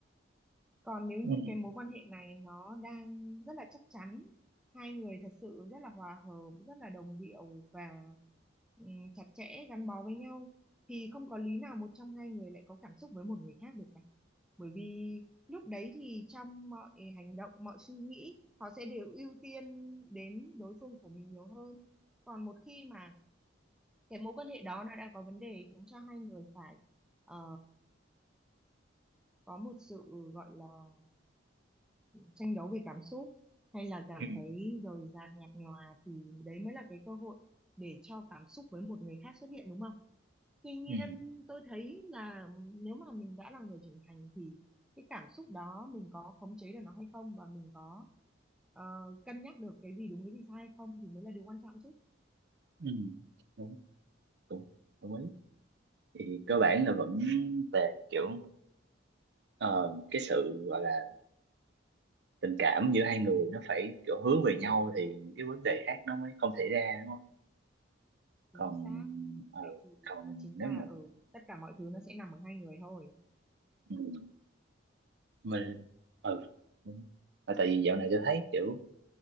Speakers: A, in the centre; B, on the right.
A: còn nếu như
B: ừ,
A: cái mối quan hệ này nó đang rất là chắc chắn, hai người thật sự rất là hòa hợp, rất là đồng điệu và ừm, chặt chẽ gắn bó với nhau thì không có lý nào một trong hai người lại có cảm xúc với một người khác được cả. Bởi vì lúc đấy thì trong mọi hành động, mọi suy nghĩ họ sẽ đều ưu tiên đến đối phương của mình nhiều hơn. Còn một khi mà cái mối quan hệ đó nó đã có vấn đề khiến cho hai người phải ờ, có một sự gọi là tranh đấu về cảm xúc hay là cảm
B: ừ,
A: thấy rời rạc nhạt nhòa thì đấy mới là cái cơ hội để cho cảm xúc với một người khác xuất hiện đúng không? Tuy nhiên
B: ừ,
A: tôi thấy là nếu mà mình đã là người trưởng thành thì cái cảm xúc đó mình có khống chế được nó hay không và mình có ờ, cân nhắc được cái gì đúng cái gì sai hay không thì mới là điều quan trọng chứ.
B: ừ, ừ, đúng đúng đồng ý thì cơ bản là vẫn về kiểu ờ, cái sự gọi là tình cảm giữa hai người nó phải kiểu hướng về nhau thì những cái vấn đề khác nó mới không xảy ra đúng không còn
A: Chính xác.
B: ờ,
A: Vậy thì
B: còn
A: nó chính
B: nếu
A: là
B: mà
A: ở tất cả mọi thứ nó sẽ nằm ở hai người thôi.
B: ừ, mình ừ đúng. Mà tại vì dạo này tôi thấy kiểu